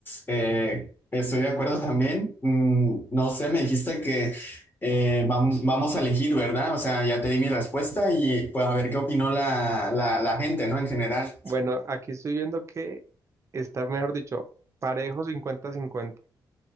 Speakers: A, on the left (about 25°); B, on the right (about 35°).
A: eh, estoy de acuerdo también. Mm, no sé, me dijiste que eh, vam- vamos a elegir, ¿verdad? O sea, ya te di mi respuesta y pues a ver qué opinó la, la, la gente, ¿no? En general.
B: Bueno, aquí estoy viendo que está, mejor dicho, parejo cincuenta cincuenta